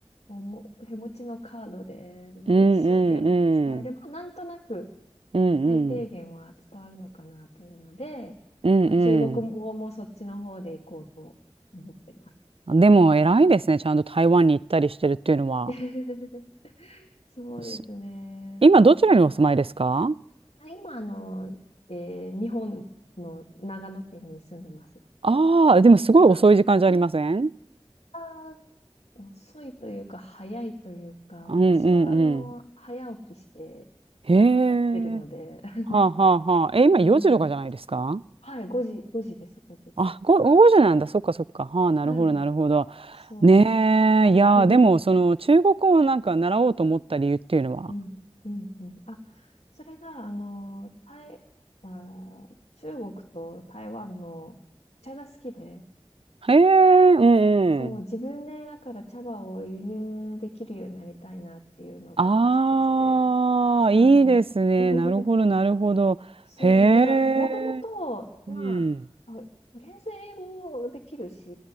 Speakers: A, on the left; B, on the right.
A: をも、手持ちのカードで、なんか一生懸命伝えれば、
B: うんうんうん。
A: なんとなく
B: うんうん。
A: 最低限は伝わるのかなというので、
B: うん
A: まあ、中国語もそっちの方で行こうと思ってます。
B: うん。でも偉いですね。ちゃんと台湾に行ったりしてるっていうのは。
A: <laughs> そうですね。
B: す今どちらにお住まいですか
A: あ今、あの、えー日本の長野県に住んでます。
B: ああー、でもすごい遅い時間じゃありません
A: はい。あー遅いというか、早いというか、
B: うんうんうん。
A: 私は、あの、早起きしてや、
B: へえ。
A: やってるので、<laughs>
B: はあはあはあ。え、今4時とかじゃないですか
A: うん。<laughs> はい、5時、5時です、5時。
B: あ、ご5時なんだ。そっかそっか。はあ、なるほど、
A: はい、
B: なるほど。
A: そ
B: ねえ、いやー、
A: う。<laughs>
B: でも、その、中国語をなんか習おうと思った理由っていうのは。
A: うん、うん、うん。あ、それが、あの、台、あー、中国と台湾のお茶が好きで、
B: へえ、うんうん。
A: そう、自分でだから茶葉を輸入できるようになりたいなっていうのが一つで。
B: ああ、
A: はい。
B: いいですね。
A: <laughs>
B: なるほど、なるほど。
A: そう、
B: へえ、
A: だから、もともと、まあ、
B: うん、
A: あとりあえず英語できるし、